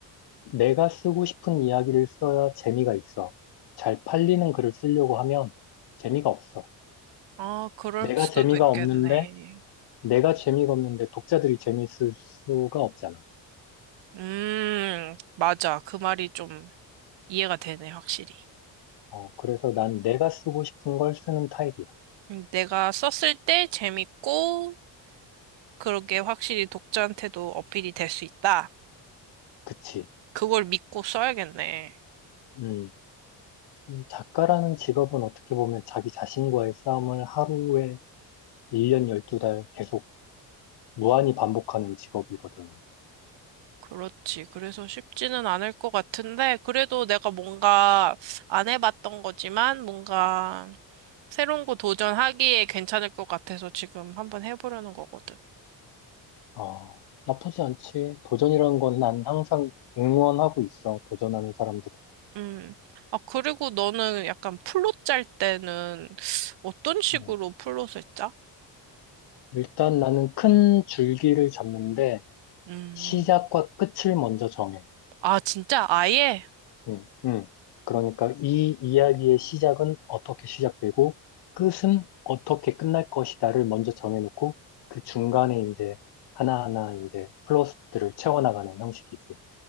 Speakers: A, on the left (about 60°); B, on the right (about 70°).
A: 내가 쓰고 싶은 이야기를 써야 재미가 있어. 잘 팔리는 글을 쓰려고 하면 재미가 없어.
B: 아, 그럴
A: 내가
B: 수도
A: 재미가
B: 있겠네.
A: 없는데, 내가 재미가 없는데 독자들이 재미있을 수가 없잖아.
B: 음, 맞아. 그 말이 좀 이해가 되네, 확실히.
A: 어, 그래서 난 내가 쓰고 싶은 걸 쓰는 타입이야.
B: 음, 내가 썼을 때 재밌고 그러게 확실히 독자한테도 어필이 될 수 있다.
A: 그치?
B: 그걸 믿고 써야겠네.
A: 음, 음, 작가라는 직업은 어떻게 보면 자기 자신과의 싸움을 하루에 1년 12달 계속 무한히 반복하는 직업이거든.
B: 그렇지. 그래서 쉽지는 않을 것 같은데, 그래도 내가 뭔가 안 해봤던 거지만, 뭔가 새로운 거 도전하기에 괜찮을 것 같아서 지금 한번 해보려는 거거든.
A: 어, 나쁘지 않지. 도전이라는 건 난 항상 응원하고 있어. 도전하는 사람들은.
B: 음. 아, 그리고 너는 약간 플롯 짤 때는 어떤 식으로
A: 음.
B: 플롯을 짜?
A: 일단 나는 큰 줄기를 잡는데
B: 음.
A: 시작과 끝을 먼저 정해.
B: 아, 진짜? 아예?
A: 음, 음. 그러니까 이 이야기의 시작은 어떻게 시작되고 끝은 어떻게 끝날 것이다를 먼저 정해놓고 그 중간에 이제 하나하나 이제 플러스들을 채워나가는 형식이지.